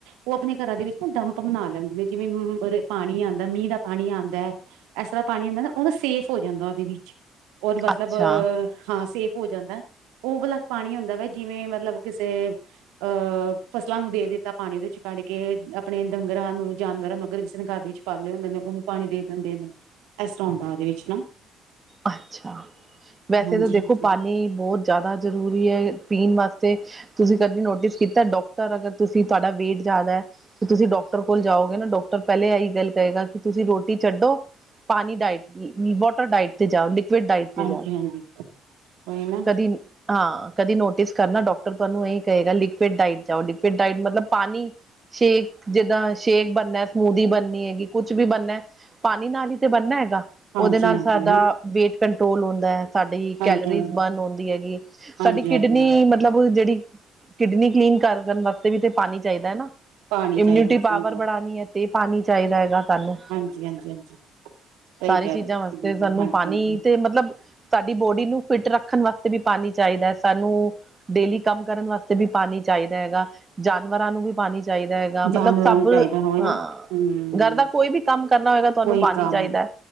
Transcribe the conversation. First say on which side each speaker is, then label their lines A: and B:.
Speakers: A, on the right; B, on the right.
A: ਉਹ ਆਪਣੇ ਘਰਾਂ ਦੇ ਵਿੱਚ ਨਾ ਡੰਪ ਬਣਾ ਲੈਂਦੇ ਨੇ ਜਿਵੇਂ ਪਾਣੀ ਆਂਦਾ ਮੀਂਹ ਦਾ ਪਾਣੀ ਆਂਦਾ। ਇਸ ਤਰ੍ਹਾਂ ਪਾਣੀ ਹੁੰਦਾ ਨਾ ਉਹ ਨਾ ਸੇਫ ਹੋ ਜਾਂਦਾ ਉਹਦੇ ਵਿੱਚ ਓਹ ਮਤਲਬ
B: ਅੱਛਾ
A: ਹਾਂ ਸੇਫ ਹੋ ਜਾਂਦਾ। ਉਹ ਵਾਲਾ ਪਾਣੀ ਹੁੰਦਾ ਵਾ ਜਿਵੇਂ ਮਤਲਬ ਕਿਸੇ ਅਹ ਫਸਲਾਂ ਨੂੰ ਦੇ ਦਿੱਤਾ ਪਾਣੀ ਉਹਦੇ ਵਿੱਚ ਕੱਢ ਕੇ ਆਪਣੇ ਡੰਗਰਾਂ ਨੂੰ ਜਾਨਵਰਾਂ ਨੂੰ ਅਗਰ ਕਿਸੇ ਨੇ ਘਰ ਵਿੱਚ ਪਾਲੇ ਹੁੰਦੇ ਨੇ ਉਹਨੂੰ ਪਾਣੀ ਦੇ ਦਿੰਦੇ ਨੇ ਇਸ ਤਰ੍ਹਾਂਂ ਹੁੰਦਾ ਉਹਦੇ ਵਿੱਚ ਨਾ
B: ਅੱਛਾ ਵੈਸੇ
A: ਹਾਂਜੀ
B: ਤਾਂ ਦੇਖੋ
A: ਹਾਂਜੀ
B: ਪਾਣੀ ਬਹੁਤ ਜ਼ਿਆਦਾ ਜ਼ਰੂਰੀ ਹੈ ਪੀਣ ਵਾਸਤੇ ਤੁਸੀਂ ਕਦੀ ਨੋਟਿਸ ਕੀਤਾ ਡਾਕਟਰ ਅਗਰ ਤੁਸੀਂ ਤੁਹਾਡਾ ਵੇਟ ਜ਼ਿਆਦਾ ਏ ਤੇ ਤੁਸੀਂ ਡਾਕਟਰ ਕੋਲ ਜਾਓਗੇ ਨਾ ਡਾਕਟ ਰ ਪਹਿਲ ਲੇ ਇਹੀ ਗੱਲ ਕਹੇਗਾ ਕਿ ਤੁਸੀਂ ਰੋਟੀ ਛੱਡੋ ਪਾਣੀ ਡਾਇਟ ਦੀ ਵਾਟਰ ਡਾਇਟ ਤੇ ਜਾਓ ਲਿ ਫਿਰ ਡਾਇਟ ਤੇ
A: ਹਾਂਜੀ
B: ਜਾਓ
A: ਹਾਂਜੀ ਉਹੀ ਨਾ
B: ਕਦੀ ਹਾਂ ਕਦੀ ਨੋਟਿਸ ਕਰਨਾ ਡਾਕਟਰ ਤੁਹਾਨੂੰ ਇਹੀ ਕਹੇਗਾ ਲਿਕੁਿਡ ਡਾਇਟ ਜਾਓ ਲਿਕੁਵਿਡ ਡਾਇਟ ਮਤਲਬ ਪਾਣੀ ਸ਼ੇਕ ਜਿੱਦਾਂ ਸ਼ੇਕ ਬਣਨਾ ਸਮੂਦੀ ਬਣਨੀ ਹੈਗੀ ਕੁਛ ਵੀ ਬਣਨਾ। ਪਾਣੀ ਨਾਲ ਹੀ ਤੇ ਬਣਨਾ ਹੈਗਾ
A: ਹਾਂਜੀ
B: ਉਹਦੇ ਨਾਲ
A: ਹਾਂਜੀ
B: ਸਾਡਾ
A: ਨਾ
B: ਵੇਟ ਕੰਟਰੋਲ ਹੁੰਦਾ ਸਾਡੀ
A: ਹਾਂਜੀ
B: ਕੈਲਰੀਜ਼
A: ਹਾਂਜੀ
B: ਬਰਨ ਹੁੰਦੀ ਹੈਗੀ
A: ਹਾਂਜੀ
B: ਸਾਡੀ ਕਿਡਨੀ
A: ਹਾਂਜੀ
B: ਮਤਲਬ ਜਿਹੜੀ ਕਿਡਨੀ ਕਲੀਨ ਕਰਨ ਵਾਸਤੇ ਵੀ ਤੇ ਪਾਣੀ ਚਾਹੀਦਾ ਹੈ ਨਾ।
A: ਪਾਣੀ
B: ਇਮਿਊਨਿਟੀ
A: ਚਾਹੀਦਾ
B: ਪਾਵਰ
A: ਸਹੀ ਗੱਲ
B: ਬੜਾਉਣੀ ਹੈ ਤੇ ਪਾਣੀ ਚਾਹੀਦਾ ਹੈਗਾ। ਸਾਨੂੰ
A: ਹਾਂਜੀ ਹਾਂਜੀ ਹਾਂਜੀ ਸਹੀ
B: ਸਾਰੀ
A: ਕਹਿ
B: ਚੀਜ਼ਾਂ
A: ਰਹੇ ਤੁਸੀਂ
B: ਵਾਸਤੇ
A: ਬਿਲਕੁਲ
B: ਸਾਨੂੰ
A: ਹਾਂਜੀ
B: ਪਾਣੀ
A: ਹਾਂਜੀ
B: ਤੇ ਤੇ ਮਤਲਬ ਸਾਡੀ ਬੋਡੀ ਨੂੰ ਫਿਟ ਰੱਖਣ ਵਾਸਤੇ ਵੀ ਪਾਣੀ ਚਾਹੀਦਾ ਏ ਸਾਨੂੰ ਡੇਲੀ ਕੰਮ ਕਰਨ ਵਾਸਤੇ ਵੀ ਪਾਣੀ ਚਾਈਦਾ ਹੈਗਾ, ਜਾਨਵਰਾਂ ਨੂੰ ਵੀ ਪਾਣੀ ਚਾਈਦਾ ਹੈਗਾ। ਯ ਮਤਲਬ
A: ਜਾਨਵਰਾਂ
B: ਸਭ
A: ਨੂੰ ਚਾਹੀਦਾ ਹੋਵੇ
B: ਹਾਂ,
A: ਨਾ ਹਮ
B: ਗਰ ਦਾ ਕੋਈ ਵੀ ਕੰਮ ਕਰਨਾ ਹੋਏਗਾ ਤੁਆਨੂੰ
A: ਕੋਈ
B: ਪਾਣੀ
A: ਕੰਮ
B: ਚਾਈਦਾ।